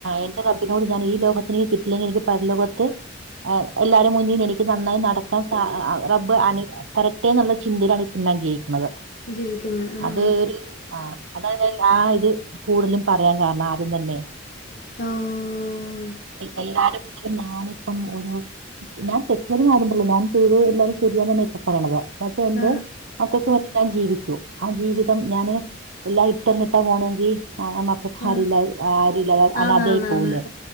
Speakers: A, on the right; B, on the left.
A: എന്റെ റബ്ബിനോട് ഞാൻ ഈ ലോകത്തിനിക്ക് കിട്ടില്ലെങ്കിൽ എനിക്ക് പര ലോകത്ത് എല്ലാരും മുന്നിൽ എനിക്ക് നന്നായി നടക്ക റബ്ബ് അന കരട്ടേ എന്നുള്ള ചിന്തയിലാണ് ഇപ്പം ഞാൻ ജയിക്കണുന്നത്
B: ജീവിക്കുന്ന് ഉം
A: അത് ഒരു ആ അതാണ് ഞാൻ ആ ഇത് കൂടുതലും പറയാൻ കാരണം ആദ്യം തന്നെ
B: ഓഹ്
A: എല്ലാരും മുന്നിൽ നഞാണിപ്പം ഒരു ഞാൻ തെറ്റത് മാരുണ്ടല്ലോ ഞാൻ ചെയ്ത് എല്ലാരും ശരിയെന്ന തന്നെ ഇപ്പൊ പറയണത് എന്റെ
B: ആഹ്
A: മക്കൾക്ക് വേണ്ടീട്ട് ഞാൻ ജീവിച്ചു ആ ജീവിതം ഞാന് എല്ലാ ഇട്ടർനിട്ട് പോണെങ്കിൽ ആ ആ അല്ലാതെ
B: ആഹ്
A: ആരൂല്ലാതെ അനാദായി
B: ആന്ന് ആന്ന്
A: പോകൂലേ
B: ആന്ന്